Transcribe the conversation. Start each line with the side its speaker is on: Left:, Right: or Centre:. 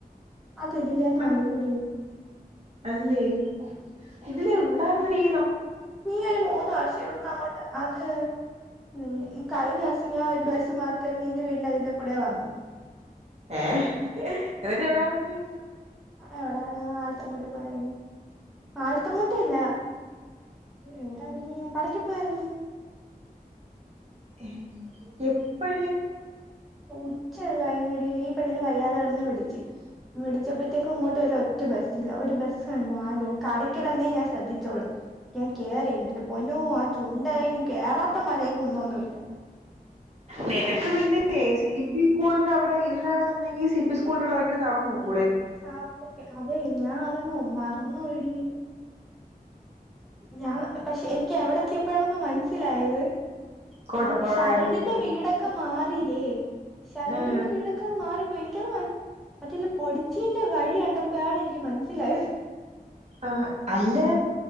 Centre: അത ഇതിില്ലന്ന് മണിടു
Right: അത് അല്ലേ ഇതിലെ ഉണ്ടായിർുന്ന രീ
Centre: നീ ഒരു മൂന്ന് വർഷം എവിടന്ന് അങ്ങോണ്ട് അത് ന കഴിഞ്ഞ ദിവസം ഞൻ ബസ്സ് മാർക്കരു നിന്റെ വീണ്ട അതില കൂടെ വന്നത്
Right: ഏ എന്നിട്ട് എവിടാ ഇറക്കി
Centre: എവിട ആൽത്തമ്മൂട്ടി പോയരുന്നു ആൽത്തമ്മൂട്ടിയല്ല എവിടാ ഇറങ്ങിയ കടക്ക് പോയിറങ്ങിയ
Right: ഏ എപ്പഴ
Centre: ഉച്ചയ കഴകടി ഈ പെണ്ണിഞ് വയ്യാതെ ഇറന്ന് വിളിക്ക് വിടിച്ചപ്പോത്തേക്കും ഇങ്ങോട്ട് ഒ ഒറ്റ ബസ്സല്ല ഒരു ബ ണ്ട ആല കടയ്ക്കൽന്നേ ഞാൻ ശ്രദ്ധിച്ചോളൂ ഞാൻ കേയറിനല്ല പൊനു ആ ചുണ്ട ഇനി കേയറാത്ത മല കുുന്നൊന്നുമല്ല
Right: നിനക്ക് പിന്നെ സി പി സ്കൂളിന്റെ അവിടെ ഇതിലാണ് വന്നെങ്കിൽ സി പി സ്കൂളിന്റെ അവിടെ ഭയങ്കം നടന്നു നോക്കും
Centre: ാപ്പൊക്കെ അതെ ഞാൻ അതങ്ങങ് മറന്ന പോടി ഞാൻ പക്ഷെ എനിക്ക് എവിടെ എത്തിയപ്പോാണെന്ന മനസ്സിലായത്
Right: കോട്ടപ്പുറം
Centre: മ ശരണിന്റെ
Right: കൈനപേരി
Centre: വീടൊക്കെ മാറല്ലേ ശരണിന്റെ
Right: ആഹ്
Centre: വീടൊക്കെ അങ് മാറിപ്പോയി എനിക്ക് എിക്കത് മറ്റില്ല പൊടിച്ചീറെ വഴി കണ്ടപ്പോാണ് എനിക്ക് മനസ്സിലായത്
Right: ആ അല്ല